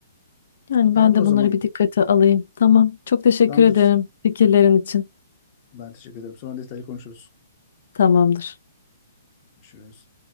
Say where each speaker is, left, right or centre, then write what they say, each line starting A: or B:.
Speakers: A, on the left; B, on the left.
A: Yani
B: Tamamdır
A: ben de
B: o zaman.
A: bunları bir dikkate alayım. Tamam. Çok teşekkür
B: Tamamdır.
A: ederim fikirlerin için.
B: Ben teşekkür ederim. Sonra detaylı konuşuruz.
A: Tamamdır.
B: Görüşürüz.